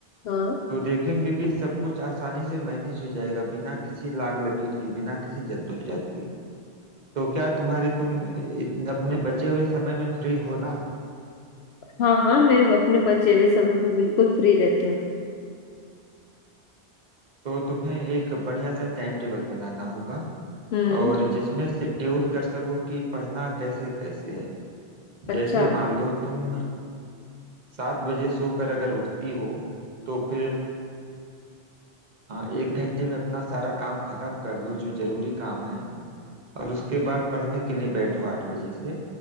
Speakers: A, on the left; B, on the right.
A: हाँ
B: तो देखेंगे कि सब कुछ आसानी से मैनेज हो जाएगा बिना किसी लाग लपेट के बिना किसी जद्दोजहद के तो क्या तुम्हारे तुम इतने अपने बचे हुए समय में फ्री हो ना
A: हाँ हाँ मैं अपने बचे हुए समय पर बिल्कुल फ्री रहती हूँ
B: तो तुम्हें एक बढ़िया सा टाइम टेबल बनाना होगा
A: हम्म
B: और जिसमें शेड्यूल कर सको कि पढ़ना कैसे कैसे है
A: अच्छा
B: जैसे मान लो तुम सात बजे सोकर अगर उठती हो तो फिर आ, एक घंटे में अपना सारा काम खत्म कर लो जो जरूरी काम है और उसके बाद पढ़ने के लिए बैठो आठ बजे से